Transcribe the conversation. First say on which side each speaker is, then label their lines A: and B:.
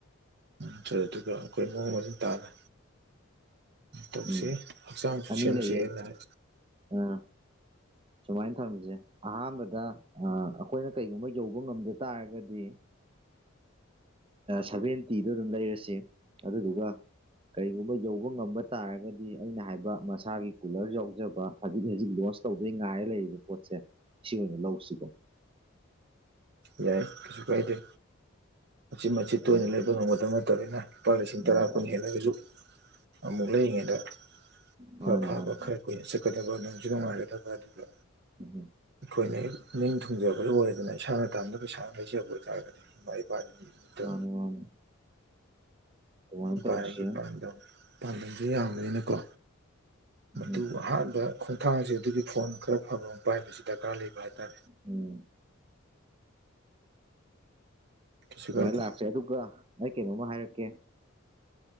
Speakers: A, on the right; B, on the right.
A: ꯅꯠꯇ ꯑꯗꯨꯒ ꯑꯩꯈꯣꯏ ꯃꯑꯣꯡ ꯃꯔꯤꯟ ꯇꯥꯅ ꯇꯧꯁꯦ
B: ꯎꯝ
A: ꯍꯛꯆꯥꯡꯁꯨ
B: ꯑꯅꯤ
A: ꯁꯦꯝꯁꯦꯅ
B: ꯂꯩꯌꯦ
A: ꯍꯥ
B: ꯑꯥ ꯁꯨꯃꯥꯏꯅ ꯊꯝꯖꯦ ꯑꯍꯥꯟꯕꯗ ꯑꯩꯈꯣꯏꯅ ꯀꯩꯒꯨꯝꯕ ꯌꯧꯕ ꯉꯝꯗ ꯇꯥꯔꯒꯗꯤ ꯁꯚꯦꯟꯇꯤꯗ ꯑꯗꯨꯝ ꯂꯩꯔꯁꯤ ꯑꯗꯨꯗꯨꯒ ꯀꯔꯤꯒꯨꯝꯕ ꯌꯧꯕ ꯉꯝꯕ ꯇꯥꯔꯒꯗꯤ ꯑꯩꯅ ꯍꯥꯏꯕ ꯃꯁꯥꯒꯤ ꯀꯨꯂꯔ ꯌꯥꯎꯖꯕ ꯍꯧꯖꯤꯛ ꯍꯧꯖꯤꯛ ꯂꯣꯟꯁ ꯇꯧ ꯑꯗꯩ ꯉꯥꯏꯔ ꯂꯩꯔꯤꯕ ꯄꯣꯠꯁꯦ ꯁꯤ ꯑꯣꯏꯅ ꯂꯧꯁꯤꯀꯣ
A: ꯌꯥꯏ ꯀꯩꯁꯨ ꯀꯥꯏꯗꯦ꯫ ꯃꯆꯤꯟ ꯃꯆꯤꯠ
B: ꯁꯨꯃꯥꯏꯅ
A: ꯇꯣꯏꯅ
B: ꯇꯧ
A: ꯂꯩꯕ ꯉꯝꯃꯣꯢꯗꯝꯗꯕ ꯅꯠꯇꯗꯅ ꯂꯨꯄꯥ ꯂꯤꯁꯤꯡ
B: ꯎꯝ
A: ꯇꯔꯥ ꯀꯨꯟ ꯍꯦꯜꯂꯒꯁꯨ꯫ ꯑꯃꯨꯛ ꯂꯩꯔꯤꯉꯩꯗ
B: ꯃꯥꯅꯦ
A: ꯄꯣꯠ ꯐꯕ
B: ꯃꯥꯅꯦ
A: ꯈꯔ ꯑꯩꯈꯣꯏꯅ ꯆꯠꯀꯗꯕ ꯅꯨꯡꯁꯨ ꯅꯨꯡꯉꯥꯏꯒꯗꯕ ꯑꯗꯨꯒ
B: ꯎꯝ
A: ꯑꯩꯈꯣꯏꯅ ꯍꯦꯛ ꯅꯤꯡ ꯊꯨꯡꯖꯕ ꯑꯣꯏꯔꯦꯗꯅ ꯏꯁꯥꯅ ꯇꯥꯟꯕ ꯄꯩꯁꯥꯅ ꯂꯩꯖꯕ ꯑꯣꯏꯇꯥꯔꯒꯗꯤ ꯏꯃꯥ ꯏꯄꯥꯗ ꯅꯤꯕ ꯅꯠꯇꯥ
B: ꯃꯥꯅꯦ ꯃꯥꯅꯦ ꯑꯗꯨꯃꯥꯏꯅ ꯇꯧꯁꯦ
A: ꯕꯥꯏꯒꯤ ꯄꯥꯟꯗꯝ ꯄꯥꯟꯗꯝꯁꯦ ꯌꯥꯝꯕꯅꯤꯅꯀꯣ ꯃꯗꯨ
B: ꯎꯝ
A: ꯑꯍꯥꯟꯕ ꯈꯣꯡꯊꯥꯡꯁꯦ ꯑꯗꯨꯒꯤ ꯐꯣꯟ ꯈꯔ ꯐꯕ ꯑꯃ ꯄꯥꯏꯕꯁꯤ ꯗꯔꯀꯥꯔ ꯂꯩꯕ ꯍꯥꯏꯇꯥꯔꯦ꯫
B: ꯑꯝ
A: ꯀꯩꯁꯨ
B: ꯑꯗꯨꯃꯥꯏꯅ
A: ꯀꯥꯏꯗꯦ
B: ꯂꯥꯛꯁꯦ ꯑꯗꯨꯒ ꯅ ꯀꯩꯅꯣꯝꯃ ꯍꯥꯏꯔꯛꯀꯦ